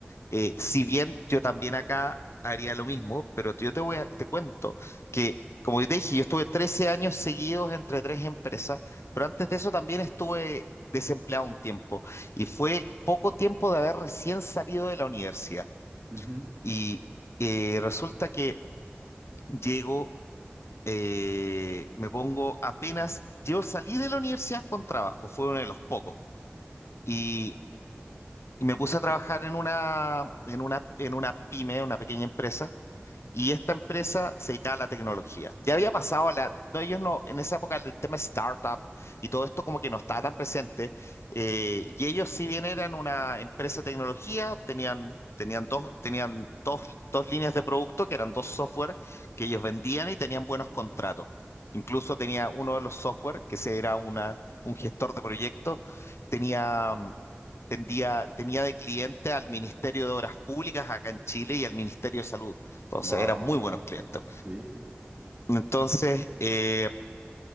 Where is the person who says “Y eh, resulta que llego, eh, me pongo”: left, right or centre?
Left